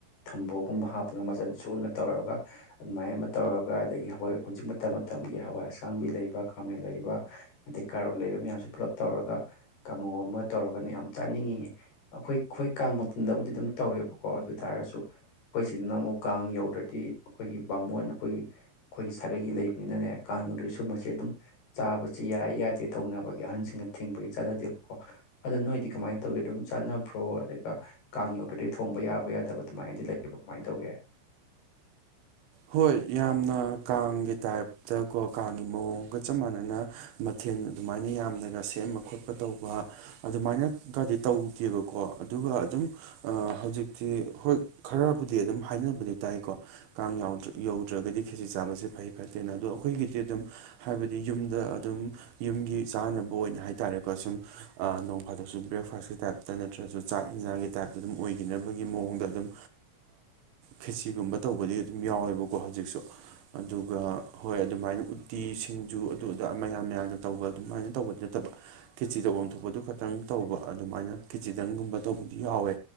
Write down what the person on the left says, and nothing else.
ꯊꯝꯕꯣꯛꯒꯨꯝꯕ ꯍꯥꯞꯄꯒ ꯃꯆꯜ ꯁꯨꯅ ꯇꯧꯔꯒ ꯑꯗꯨꯃꯥꯏꯅ ꯑꯃ ꯇꯧꯔꯒ ꯑꯗꯒꯤ ꯍꯧ ꯍꯧꯖꯤꯛ ꯃꯇꯝ ꯃꯇꯝꯒꯤ ꯍꯋꯥꯏ ꯑꯁꯥꯡꯕꯤ ꯂꯩꯕ ꯈꯥꯃꯦꯟ ꯂꯩꯕ ꯑꯗꯩ ꯀꯥꯔꯣꯠ ꯂꯩꯕ ꯃꯌꯥꯝꯁꯤ ꯄꯨꯂꯞ ꯇꯧꯔꯒ ꯀꯥꯡꯍꯧ ꯑꯃ ꯇꯧꯔꯒꯅ ꯌꯥꯝ ꯆꯥꯅꯤꯡꯉꯉꯦ ꯑꯩꯈꯣꯏ ꯑꯩꯈꯣꯏ ꯀꯥꯡ ꯃꯇꯝꯗꯕꯨꯗꯤ ꯑꯗꯨꯝ ꯇꯧꯋꯦꯕꯀꯣ ꯑꯗꯨ ꯇꯥꯔꯁꯨ ꯑꯩꯈꯣꯏ ꯁꯤꯗꯅ ꯑꯃꯨꯛ ꯀꯥꯡ ꯌꯧꯗ꯭ꯔꯗꯤ ꯑꯩꯈꯣꯏꯒꯤ ꯕꯥꯃꯣꯟ ꯑꯩꯈꯣꯏꯒꯤ ꯑꯩꯈꯣꯏꯒꯤ ꯁꯥꯒꯩꯒꯤ ꯂꯩꯕ ꯅꯅꯦ ꯀꯥꯡ ꯌꯣꯟꯗ꯭ꯔꯦ ꯁꯨꯝꯕꯕꯁꯤꯦ ꯑꯗꯨꯝ ꯆꯥꯕꯁꯤ ꯌꯥꯏ ꯌꯥꯗꯦ ꯇꯧꯅꯕꯒꯤ ꯑꯍꯟꯁꯤꯡꯅ ꯊꯤꯡꯕꯒꯤ ꯆꯅꯗꯦꯕꯀꯣ ꯑꯗ ꯅꯣꯏꯗꯤ ꯀꯃꯥꯏꯅ ꯇꯧꯒꯦ ꯑꯗꯨꯝ ꯆꯥꯟꯅꯕ꯭ꯔꯣ ꯑꯗꯨꯒ ꯀꯥꯡ ꯌꯧꯗ꯭ꯔꯗꯤ ꯊꯣꯡꯕ ꯌꯥꯕ ꯌꯥꯗꯕ ꯑꯗꯨꯃꯥꯏꯅꯗꯤ ꯂꯩ ꯀꯃꯥꯏꯅ ꯇꯧꯒꯦ